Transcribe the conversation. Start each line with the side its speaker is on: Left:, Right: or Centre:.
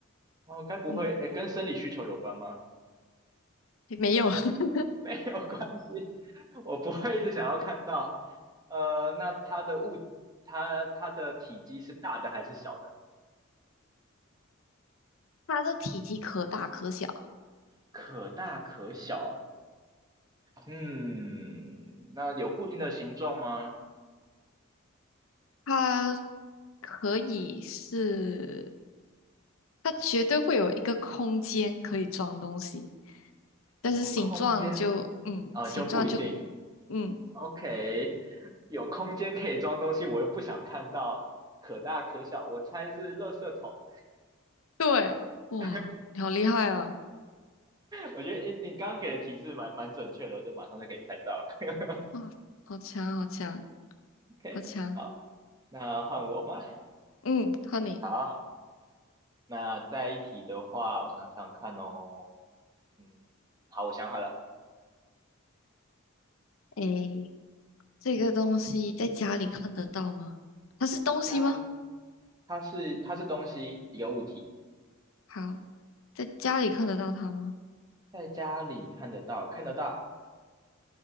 Right: 哦，该不会，
Left: 嗯，
Right: 诶，跟生理需求有关吗？
Left: 没有，<laughs>
Right: <laughs> 没有关系，我不会一直想要看到。呃，那它的物，它它的体积是大的还是小的？
Left: 它的体积可大可小，
Right: 可大可小。嗯，那有固定的形状吗？
Left: 它可以是，它绝对会有一个空间可以装东西，但是形状就，
Right: 有空间？
Left: 嗯，
Right: 呃，
Left: 形状就，
Right: 就不一定。
Left: 嗯，
Right: OK，有空间可以装东西，我又不想看到可大可小，我猜是垃圾桶。
Left: 对，哇，
Right: <laughs>
Left: 你好厉害啊！
Right: 我觉得，诶，你刚刚给的提示蛮蛮准确的，我就马上就可以猜到了。<laughs>
Left: 哇，好强，好强，
Right: OK，
Left: 好强。
Right: 好，那换我吗？
Left: 嗯，h o n e y
Right: 好，那再一题的话，我想想看哦。嗯，好，我想好了，
Left: 诶，这个东西在家里看得到吗？它是东西吗？
Right: 家，它是它是东西，一个物体，
Left: 好，在家里看得到它吗？
Right: 在家里看得到，看得到，